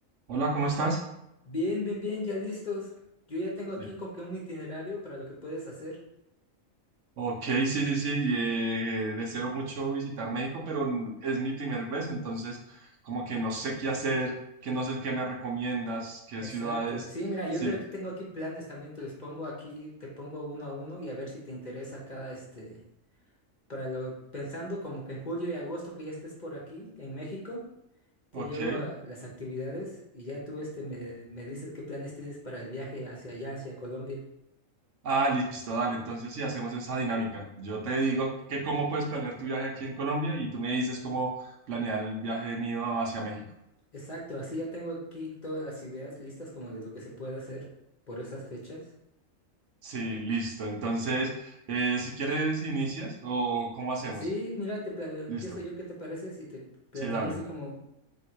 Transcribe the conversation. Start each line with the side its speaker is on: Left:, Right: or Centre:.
Right: Hola, ¿cómo estás?
Left: Bien, bien, bien, ya listos. Yo ya tengo aquí
Right: Bien.
Left: como que un itinerario para lo que puedes hacer.
Right: Ok, sí, sí, sí, eh, deseo mucho visitar México, pero n- es mi primer vez, entonces como que no sé qué hacer, que no sé qué me recomiendas, qué
Left: Exacto.
Right: ciudades,
Left: Sí, mira, yo
Right: sí,
Left: te- aquí tengo aquí planes también, te los pongo aquí, te pongo uno a uno y a ver si te interesa cada este, para lo, pensando como que en julio y agosto que ya estés por aquí, en México, te
Right: ok.
Left: llevo a las actividades y ya tú este me, me dices qué planes tienes para el viaje hacia allá, hacia Colombia.
Right: Ah, listo, dale, entonces sí, hacemos esa dinámica. Yo te digo que cómo puedes planear tu viaje aquí en Colombia y tú me dices cómo planear el viaje mío hacia México.
Left: Exacto, así ya tengo aquí todas las ideas listas como de lo que se puede hacer por esas fechas.
Right: Sí, listo, entonces eh, si quieres inicias o cómo hacemos.
Left: Sí, mira, te pla- empiezo
Right: Listo,
Left: yo, ¿qué te parece si te planeo
Right: sí, dale.
Left: así como,